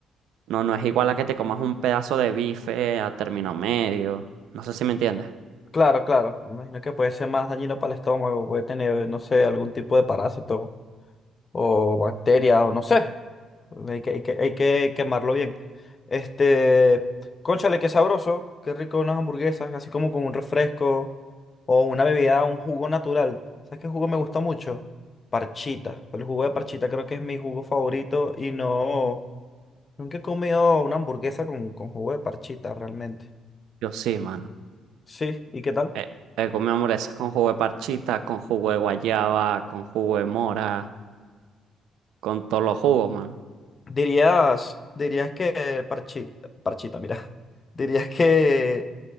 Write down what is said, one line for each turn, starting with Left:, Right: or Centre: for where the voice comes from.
Right: no, no es igual a que te comas un pedazo de bife a término medio. No sé si me entiendes.
Left: Claro, claro. Me imagino que puede ser más dañino para el estómago, puede tener, no sé, algún tipo de parásito o bacteria o no sé. Hay que, hay que, hay que quemarlo bien. Este, cónchale, qué sabroso, qué rico unas hamburguesas, así como con un refresco o una bebida, un jugo natural. ¿Sabes qué jugo me gusta mucho? Parchita. El jugo de parchita creo que es mi jugo favorito y no, nunca he comido una hamburguesa con, con jugo de parchita realmente.
Right: Yo sí, mano.
Left: Sí, ¿y qué tal?
Right: Eh, He, comido hamburguesas con jugo de parchita, con jugo de guayaba, con jugo de mora, con todos los jugos, mano.
Left: Dirías, dirías que parchita, parchita, mira. <laughs> Dirías que